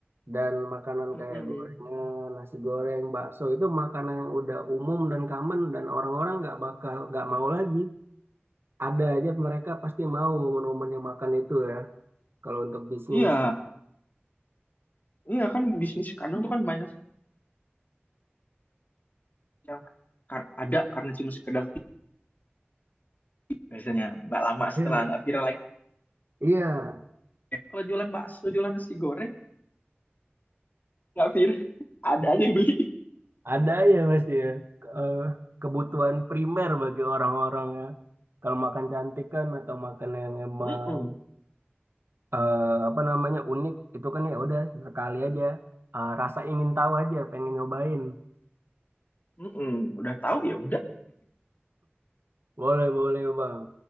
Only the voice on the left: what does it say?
Mm-mm.
Iya, iya kan bisnis kadang tuh kan banyak yang ka- ada karena cuma sekedar viral biasanya nggak lama
setelah nggak viral lagi.
Kalau jualan bakso, jualan nasi goreng nggak Fir ada aja yang beli
Mm-mm.
Mm-mm. udah tahu ya udah